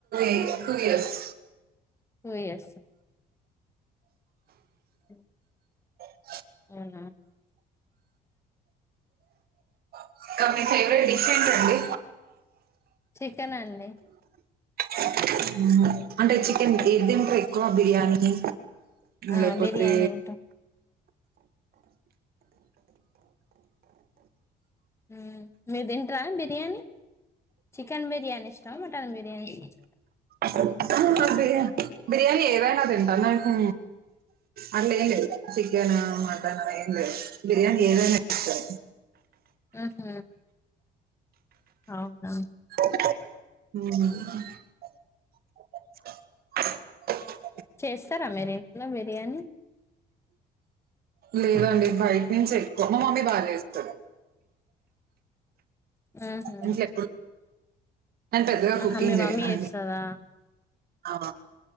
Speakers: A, on the right; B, on the left.
A: ఏజ్ టు ఇయర్స్
B: టు ఇయర్సా అ
A: స
B: ఏమన్న
A: <unintelligible> మీ ఫేవరెట్ డిష్ ఏంటండి
B: చికెన్ అండి
A: హ్ అంటే చికెన్ ఏది తింటారు. ఎక్కువ బిర్యానీ
B: ఆ
A: లేకపోతే
B: బిర్యానీ తింటాం హ్ మీరూ తింటరా బిర్యానీ చికెన్ బిర్యానీ ఇష్టమా మటన్ బిర్యానీ ఇష్టమా
A: హా బిర్యానీ బిర్యానీ ఏదైనా తింటా
B: ఇష్టమా
A: నాకు అట్లే ఏం లేదు. చికెన్ మటన్ ఎం లేదు బిర్యాని ఏదైన తింట
B: ఉహ్ అవునా
A: హ్
B: చేస్తారా మీరు ఇంట్లో బిర్యానీ
A: లేదండి. బయట నుంచి ఎక్కువ మా మమ్మీ బాగా చేస్తది.
B: ఆహా
A: ఇంట్లో ఎప్పుడు నేను పెద్దగా కుకింగ్
B: ఆహా మీ
A: చెయనండి.
B: మమ్మీ చేస్తదా
A: ఆ